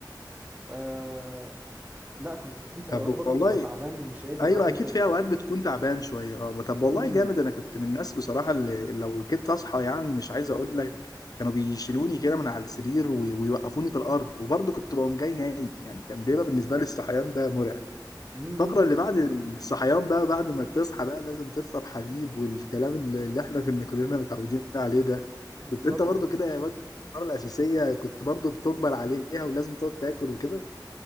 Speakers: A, on the right; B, on the left.
A: آه، لا كنت في
B: طب
A: اوقات برضو
B: والله
A: ببقى تعبان مش قادر
B: ايوه
A: عارف انت
B: اكيد في اوقات بتكون تعبان شويه اه طب والله
A: امم
B: جامد انا كنت من الناس بصراحه اللي اللي لو كنت اصحى يعني مش عايز اقول لك كانوا بيشيلوني كده من على السرير وي- ويوقفوني في الارض وبرضه كنت بقوم جاي نايم يعني كان بيبقى بالنسبه لي الصحيان ده مرعب
A: امم
B: الفقره اللي بعد الصحيان بقى بعد ما تصحى بقى لازم تشرب حليب والكلام اللي اللي احنا كنا كلنا متعودين عليه ده
A: بالظبط
B: كنت انت برضه
A: بالظبط
B: كده وجبه الفطار الاساسيه كنت برضه بتجبر عليها ولازم تقعد تاكل وكده